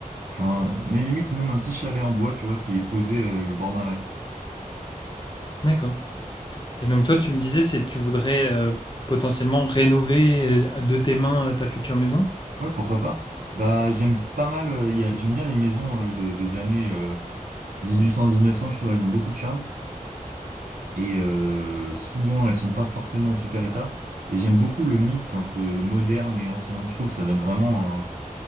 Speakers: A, on the right (about 70°); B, on the left (about 30°).
A: Genre, un- mais limite même un petit chalet en bois, tu vois, qui est posé euh, le bord d'un lac.
B: D'accord. Et donc toi, tu me disais, c'est tu voudrais euh, potentiellement rénover euh, de tes mains euh, ta future maison.
A: Ouais, pourquoi pas? Bah, j'aime pas mal, euh, y a- j'aime bien les maisons euh, de, des années 1800-1900, je trouve elles ont beaucoup de charme et euh, souvent elles sont pas forcément en super état. Et j'aime beaucoup le mix entre moderne et ancien. Je trouve que ça donne vraiment